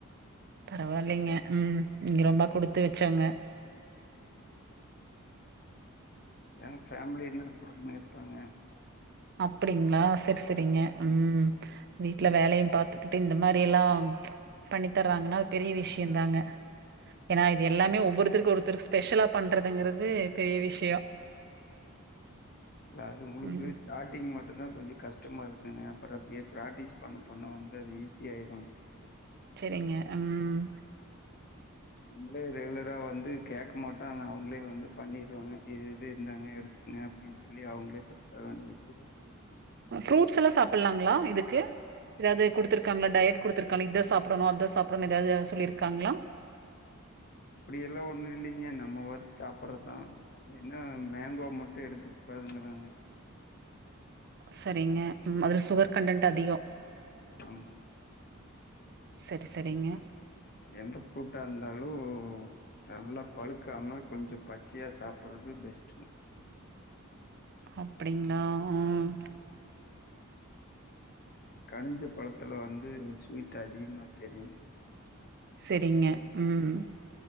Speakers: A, on the right (about 50°); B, on the left (about 45°).
A: பரவாயில்லைங்க ம் நீங்க ரொம்ப குடுத்து வச்சோங்க
B: ஏ ஃபேமிலி எல்லண்ண இருப்பேங்க
A: அப்டிங்ளா செர் பேசரிங்க ம் வீட்டுல வேலையும் பாத்துக்கிட்டு இந்த மாதிரி எல்லாம் பண்ணி தர்றாங்கன்னா அது பெரிய விஷயம் தாங்க ஏன்னா இது எல்லாமே ஒவ்வொருத்தருக்கும் ஒருத்த ஒத்தருக்கு ஸ்பெஷலா பண்றதுங்கிறது பெரிய விஷயம்
B: இல்ல அது உங்களுக்கு
A: ம்.
B: ஸ்டாட் ங் மட்டும் தான் கொஞ்சம் கஷ்டமா இருக்குங்க அப்புறம் அப்படியே பிராக்டிஸ் பண்ண பண்ண வந்து அது ஈஸி ஆயிரும்
A: சரிங்க ம்
B: நம்மளே ரெகுலரா வந்து கேட்க மாட்டோம் ஆனா அவங்களே வந்து பண்ணிருவாங்க இது இது இந்தாங்க எடுத்துக்கங்க அப்படின்னு சொல்லி அவங்களே பிரிப்பேர் பண்ணி வச்சிருவாங்க
A: ஃப்ரூட்ஸ் எல்லாம் சாப்டலாங்களா இதுக்கு ஏதாவது குடுத்துருக்காங்களா டயட் குடுத்துருக்காங்களா இத சாப்பிடணும் அத சாப்பிடும் ஏதாவது சொல்லியிருக்காங்களா
B: அப்படிய எல்லாம் ஒண்ணும் இல்லைங்க நம்ம பார்த்து சாப்பிடறதுதான் என்ன மேங்கோ மட்டும் எடுத்து கூடாதுங்கறாங்க
A: சரிங்க அதுல சுகர் கண்டன்ட் அதிகம்
B: ஆமாங்
A: சரி, சரிங்க.
B: எந்த ப்ரூட்டா இருந்தாலும் நல்லா பழுக்காம கொஞ்சம் பச்சையா சாப்படுறது பெஸ்ட்
A: அப்படிங்களா ம்
B: கனிஞ்ச பழத்துல வந்து ஸ்வீட் அதிகமா தெரியும்
A: சரிங்க ம்